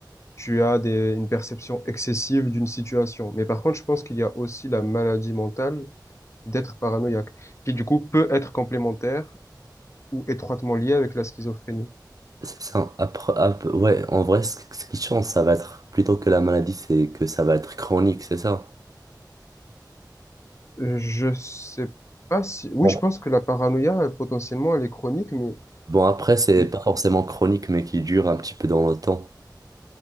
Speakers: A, on the left; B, on the right.
A: tu as des, une perception excessive d'une situation. Mais par contre, je pense qu'il y a aussi la maladie mentale d'être paranoïaque, qui du coup peut être complémentaire ou étroitement liée avec la schizophrénie.
B: C'est ça. Après, ap- ouais, en vrai, ce, ce qui change, ça va être plutôt que la maladie, c'est que ça va être chronique, c'est ça.
A: Je sais pas si... Oui,
B: Bon,
A: je pense que la paranoïa, euh, potentiellement, elle est chronique, mais...
B: bon après, c'est
A: je-
B: pas forcément chronique, mais qui dure un petit peu dans le temps.